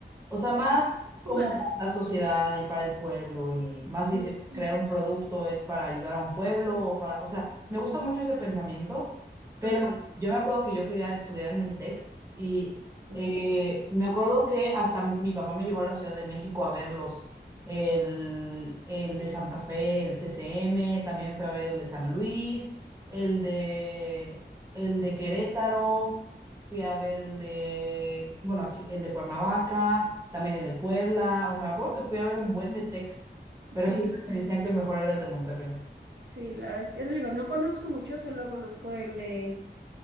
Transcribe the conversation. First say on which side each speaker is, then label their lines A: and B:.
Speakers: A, on the right; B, on the right.
A: O sea, más como
B: Humana.
A: para la sociedad y para el pueblo y más bien
B: Mm,
A: si vas a crear
B: mm,
A: un producto es para ayudar a un pueblo o para, o sea, me gusta mucho ese pensamiento, pero
B: Ajá.
A: yo me acuerdo que yo quería estudiar en el TEC y
B: mm.
A: eh, me acuerdo que hasta mi papá me llevó a la Ciudad de México a verlos. El, el de Santa Fe, el CCM, también fue a ver el de San Luis, el de, el de Querétaro. Fui a ver el de, bueno, aquí, el de Cuernavaca, también el de Puebla. O sea, me acuerdo que fui a ver un buen de Tex, pero
B: Sí,
A: siempre me decían que el mejor era el de Monterrey.
B: sí, la verdad es que digo, no conozco mucho, solo conozco el de,